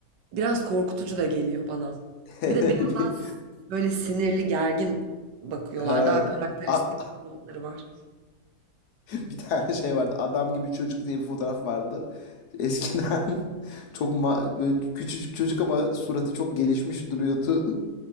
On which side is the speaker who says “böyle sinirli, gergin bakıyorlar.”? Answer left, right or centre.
Right